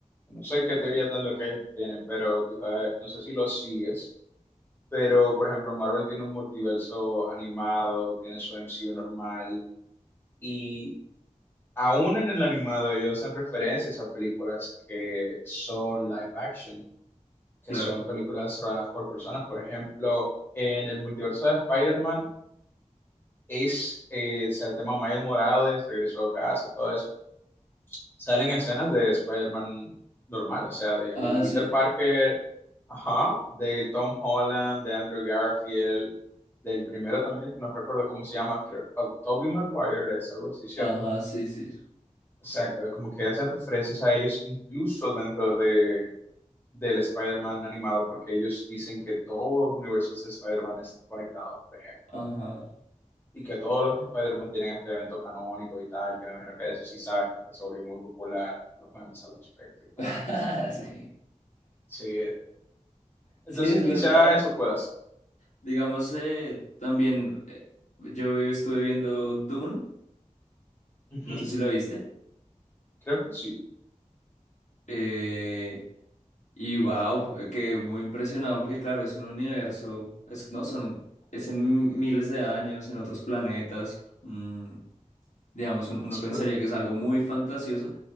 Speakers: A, on the left; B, on the left.
A: No sé qué teorías tan locas ellos tienen, pero tú sabes, no sé si los sigues. Pero, por ejemplo, Marvel tiene un multiverso animado, tiene su MCU normal, y aún en el animado ellos hacen referencias a películas que son live action, que
B: claro.
A: son películas rodadas por personas. Por ejemplo, en el multiverso de Spider-Man, Ace, eh, o sea, el tema Miles Morales, regresó a casa, todo eso. Salen escenas de Spider-Man normal, o sea, de,
B: Ah,
A: del Peter
B: sí.
A: Parker, ajá, de Tom Holland, de Andrew Garfield, del primero también, que no recuerdo cómo se llama, creo, oh, Tobey Maguire es algo así, ¿cierto?
B: Ajá, sí, sí.
A: Exacto, como que hacen referencias a ellos incluso dentro de, del Spider-Man animado, porque ellos dicen que todos los universos de Spider-Man están conectados, por ejemplo.
B: Ajá.
A: Y que todos los Spider-Man tienen este evento canónico y tal, que me imagino que eso sí sabes, porque se volvió muy popular los memes al respecto y tal.
B: <laughs> Sí.
A: Sí, entonces
B: Sí, es
A: quizá
B: verdad.
A: eso pueda ser.
B: Digamos, eh, también eh, yo estuve viendo Dune,
A: Ujú,
B: no sé si lo viste,
A: Creo que sí.
B: eh, y wow, quedé muy impresionado porque claro, es un universo, es, no, son, es en miles de años, en otros planetas, mm, digamos, un- uno
A: Espe-
B: pensaría que es algo muy fantasioso,